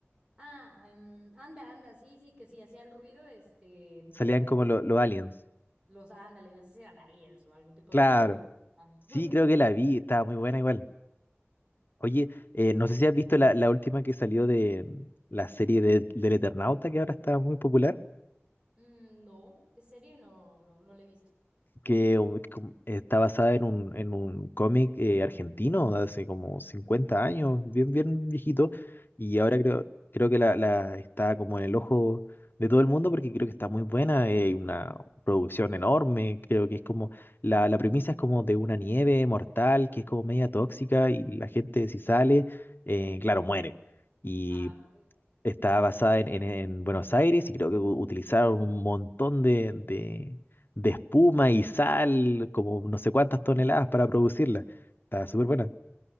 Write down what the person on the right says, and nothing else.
Ah, em, anda, anda, sí, sí, que sí, hacían ruido, este, pues,
ahí
como
los ándale, no sé si eran aliens o algún tipo
de monstruo. <laughs>
Mm, no, de serie no, no, no la he visto.
¿En
serio?
No.
Ah, pues,
bueno.